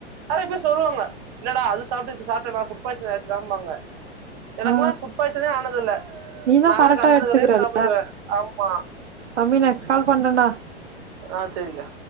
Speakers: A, on the right; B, on the right.
A: நறைய பேர் சொல்லுவாங்க என்னடா அது சாப்ட்டு இது சாப்ட்ட ஃபுட் பாய்சன் ஆயிடுச்சா ஆம்பாங்க எனக்கல்லாம்
B: ஆ
A: புட் பாய்சனே ஆனத இல்ல
B: நீதா
A: நால்லாம்
B: கரெக்டா
A: கண்ட
B: எடுத்துக்கிறல்ல
A: கடைல சாப்டுவேன் ஆமா
B: தம்பி நெக்ஸ்ட் கால் பண்றேன்டா
A: ஆ சரிக்கா